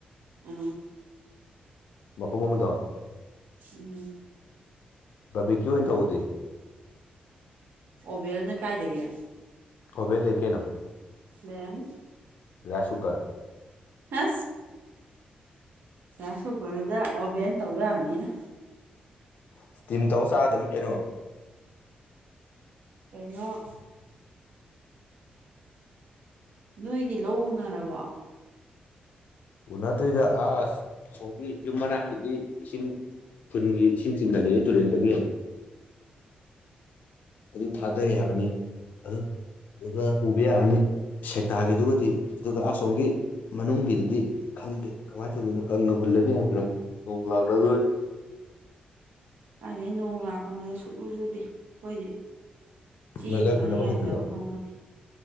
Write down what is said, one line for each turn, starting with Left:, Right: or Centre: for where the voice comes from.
Right: ꯑ
Left: ꯃꯄ ꯃꯃꯗ
Right: ꯎꯝ
Left: ꯕꯤꯀꯤ ꯑꯣꯏꯅ ꯇꯧꯎꯗꯦ
Right: ꯑꯣꯕꯦꯜꯅꯦ ꯀꯥꯏꯗꯒꯦ
Left: ꯑꯣꯕꯦꯜ ꯂꯩ ꯀꯩꯅꯣ
Right: ꯕꯦꯝ
Left: ꯌꯥꯁꯨꯨ
Right: ꯑ ꯑꯦꯁꯣ ꯈꯗ ꯑꯣꯕꯦꯟ ꯇꯧꯔꯕꯅꯤꯅ
Left: ꯏꯁꯇꯤꯝ ꯇꯧ ꯆꯥꯗꯕꯅꯤ ꯀꯩꯅꯣ
Right: ꯀꯩꯅꯣ ꯅꯣꯏꯒꯤ ꯂꯧ ꯎꯅꯔꯕꯣ
Left: ꯎꯅꯗ꯭ꯔꯤꯗ ꯑꯁ ꯁꯣꯝꯒꯤ ꯌꯨꯝ ꯃꯅꯥꯛꯀꯤꯗꯤ ꯏꯁꯤꯡ ꯈꯨꯟꯒꯤ ꯏꯁꯤꯡꯁꯤꯡꯤꯡꯒ ꯂꯩꯌꯦ ꯇꯨꯔꯦꯟꯗꯒꯤ ꯑꯗꯨ ꯊꯥꯗꯩ ꯍꯥꯏꯕꯅꯤ ꯑꯗꯨ ꯑꯗꯨꯒ ꯎꯕ ꯌꯥꯔꯅꯤ ꯁꯦꯛꯇꯥꯒꯤꯗꯨꯒꯗꯤ ꯑꯗꯨꯒ ꯑꯁꯣꯝꯒꯤ ꯃꯅꯨꯡꯒꯤꯗꯨꯗꯤ ꯈꯪꯗꯦ ꯀꯃꯥꯏꯅ ꯇꯧꯗꯣꯏꯅꯣ ꯀꯪꯅ ꯍꯨꯜꯂꯅꯤ ꯍꯥꯏ ꯀꯅ ꯂꯥꯛꯂ
Right: ꯀꯥꯏꯗꯩ ꯅꯣꯡ ꯂꯥꯛꯄꯅꯣꯗ ꯁꯨꯛꯆꯨ ꯆꯨꯗꯦ ꯑꯩꯈꯣꯏꯗꯤ ꯆꯦꯡꯒ
Left: ꯖꯔ
Right: ꯆꯥꯅꯤꯡꯉꯥꯏ
Left: ꯐꯨꯅꯕ ꯍꯧꯈꯤꯕ
Right: ꯂꯩꯇꯕ ꯈꯪꯄꯣꯠꯇꯦ